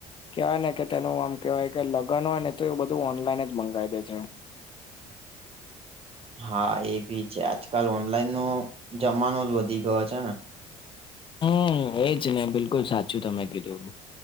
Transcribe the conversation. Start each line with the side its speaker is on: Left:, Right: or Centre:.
Left: કહેવાય ને કે તેનું આમ કેહેવાય, કે લગન હોય ને તો એ બધું ઓનલાઈન જ મંગાય દે છે.
Right: હા એ ભી છે આજકાલ ઓનલાઈન નો જમાનો જ વધી ગયો છે ને
Left: હમ એજ ને બિલકુલ સાચું તમે કીધું